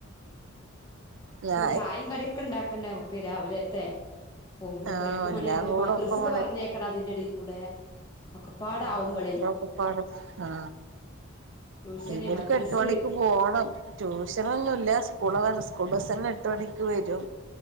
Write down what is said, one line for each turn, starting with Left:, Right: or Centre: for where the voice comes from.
Right: ഞാ
Left: ചായും കടിയൊക്കെ ഇണ്ടാക്കണ്ടേ നമുക്ക് രാവിലെത്തെ പോകുമ്പോ ഒത്തിരി
Right: ആഹ്
Left: എട്ട്
Right: എല്ലാം
Left: മണിയാുമ്പോ
Right: കൂടെ
Left: മദ്രസ്സൊക്കെ
Right: ഒപ്പം
Left: പറഞ്ഞേക്കണം അതിന്റെടി കൂടെ ഒക്കെപ്പാടാവുമ്പളേ
Right: ആ അപ്പക്കപ്പട ആ
Left: ട്യൂഷന്
Right: ഇവർക്ക്
Left: മദ്രസ്
Right: എട്ട് മണിക്ക് പോണം ട്യൂഷനൊന്നുല്ല സ്കൂള് കുബസല്ല എട്ട് മണിക്ക് വരും